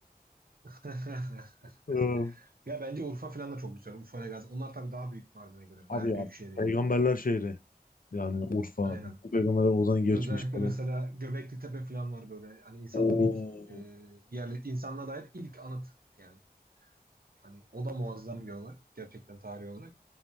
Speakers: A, on the right; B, on the left.
A: <laughs>
B: Ee,
A: Ya bence Urfa falan da çok güzel. Urfa ile Gazi. Onlar tabii daha büyük Mardin'e göre.
B: Abi
A: Bayağı
B: ya
A: büyük şehir yani.
B: peygamberler şehri. Yani Urfa.
A: Aynen.
B: bütün Peygamberler oradan geçmiş
A: Özellikle
B: falan.
A: mesela Göbeklitepe Tepe falan var böyle. Hani insanların
B: Oo.
A: ilk e, yerli insanlığa dair ilk anıt yani. Hani o da muazzam bir olay gerçekten tarihi olarak.